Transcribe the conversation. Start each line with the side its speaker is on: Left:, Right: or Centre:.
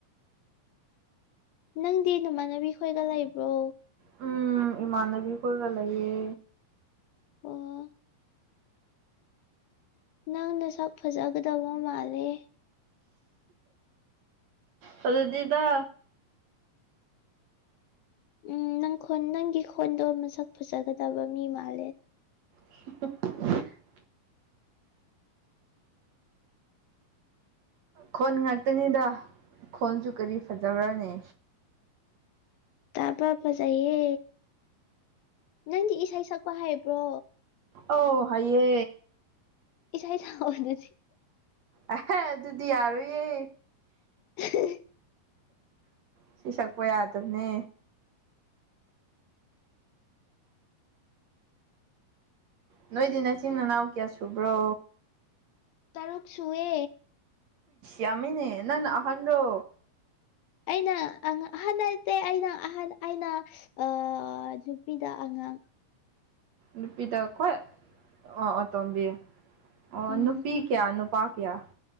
Left: ꯅꯪꯗꯤ ꯅꯃꯥꯟꯅꯕꯤ ꯈꯣꯏꯒ ꯂꯩꯕ꯭ꯔꯣ
Right: ꯎꯝ ꯏꯃꯥꯟꯅꯕꯤ ꯀꯣꯏꯒ ꯂꯩꯌꯦ
Left: ꯑꯣ ꯅꯪꯅ ꯁꯛ ꯐꯖꯒꯗꯕ ꯃꯥꯜꯂꯦ
Right: ꯐꯖꯗꯦꯗ
Left: ꯎꯝ ꯅꯪ ꯈꯣꯟ ꯅꯪꯒꯤ ꯈꯣꯟꯗꯣ ꯃꯁꯛ ꯐꯖꯒꯗꯕ ꯃꯤ ꯃꯥꯜꯂꯦ
Right: <unintelligible> ꯈꯣꯟ ꯉꯥꯛꯇꯅꯤꯗ ꯈꯣꯟꯁꯨ ꯀꯔꯤ ꯐꯖꯕ꯭ꯔꯥꯅꯦ
Left: ꯇꯥꯕ ꯐꯖꯩꯌꯦ ꯅꯪꯗꯤ ꯏꯁꯩ ꯁꯛꯄ ꯍꯩꯕ꯭ꯔꯣ
Right: ꯑꯧ ꯍꯩꯌꯦ
Left: ꯢꯁꯩ ꯁꯛꯑꯣ ꯑꯗꯨꯗꯤ
Right: ꯑꯦꯍ ꯑꯗꯨꯗꯤ ꯌꯥꯔꯣꯢꯌꯦ
Left: <unintelligible>
Right: ꯏꯁꯩ ꯁꯛꯄ ꯌꯥꯗꯕꯅꯦ ꯅꯣꯏꯗꯤ ꯅꯆꯤꯟ ꯅꯅꯥꯎ ꯀꯌꯥ ꯁꯨꯕ꯭ꯔꯣ
Left: ꯇꯔꯨꯛ ꯁꯨꯋꯦ
Right: ꯌꯥꯃꯤꯅꯦ ꯅꯪ ꯅ ꯑꯍꯟꯔꯣ
Left: ꯑꯩꯅ ꯑꯍꯟꯠꯇꯦ ꯑꯩꯅ ꯑꯍꯟ ꯑꯩꯅ ꯑ ꯅꯨꯄꯤꯗ ꯑꯉꯥꯡ
Right: ꯅꯨꯄꯤꯗ ꯈꯨꯋꯥꯏ ꯑꯣ ꯑꯇꯣꯝꯕꯤ ꯑꯣ
Left: ꯎꯝ
Right: ꯅꯨꯄꯤ ꯀꯌꯥ ꯅꯨꯄꯥ ꯀꯌꯥ